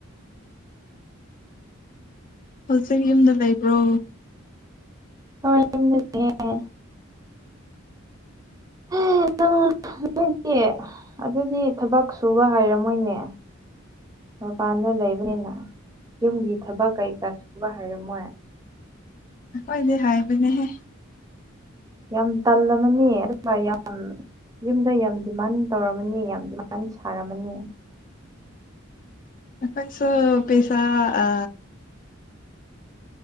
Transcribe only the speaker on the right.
ꯍꯣꯏ ꯌꯨꯝꯗ ꯂꯩꯌꯦ <unintelligible> ꯅꯪ ꯅꯣꯏꯗꯤ ꯑꯗꯨꯗꯤ ꯊꯕꯛ ꯁꯨꯕ ꯍꯥꯏꯔꯝꯃꯣꯏꯅꯦ ꯃꯄꯥꯟꯗ ꯂꯩꯕꯅꯤꯅ ꯌꯨꯝꯒꯤ ꯊꯕꯛ ꯀꯩꯀꯥ ꯁꯨꯕ ꯍꯩꯔꯝꯃꯣꯏ
ꯌꯥꯝ ꯇꯜꯂꯃꯅꯤ ꯑꯗꯨꯒ ꯌꯥꯝ ꯌꯨꯝꯗ ꯌꯥꯝ ꯗꯤꯃꯥꯟ ꯇꯧꯔꯃꯅꯤ ꯌꯥꯝꯗꯤꯥꯟ ꯌꯥꯝ ꯁꯥꯔꯝꯃꯅꯤ